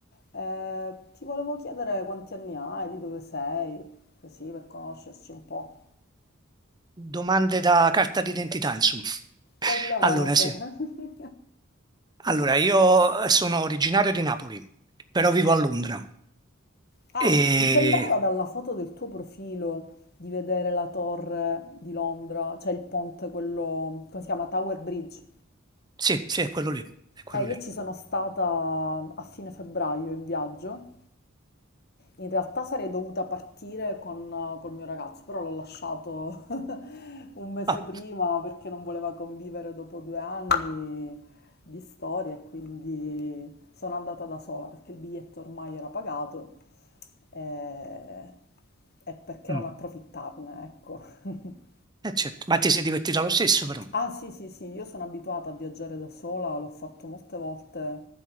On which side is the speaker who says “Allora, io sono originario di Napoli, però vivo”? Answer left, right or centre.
Right